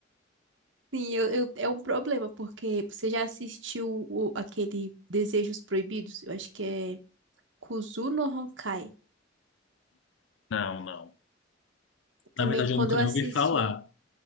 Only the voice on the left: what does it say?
Não, não.
Na verdade,
eu nunca
nem
ouvi falar.